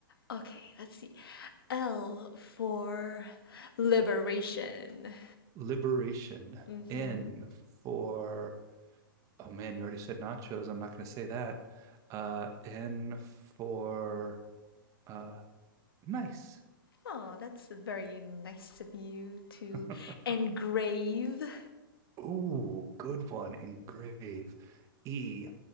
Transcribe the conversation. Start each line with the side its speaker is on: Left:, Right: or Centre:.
Left: okay. Let's see. L for liberation.
Right: Liberation.
Left: Mm-hmm.
Right: N for Oh man, you already said nachos. I'm not going to say that. Uh, N for uh, nice.
Left: Oh, that's very nice of you to
Right: <laughs>
Left: engrave
Right: Ooh, good one. Engrave. E.